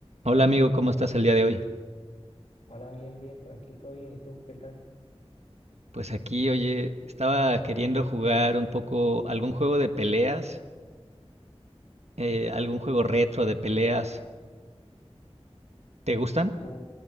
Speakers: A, on the right; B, on the left.
A: Hola amigo, ¿cómo estás el día de hoy?
B: Hola, bien, bien, por aquí todo bien. ¿Y tú? ¿Qué tal?
A: Pues aquí, oye, estaba queriendo jugar un poco algún juego de peleas, eh, algún juego retro de peleas. ¿Te gustan?
B: Uh,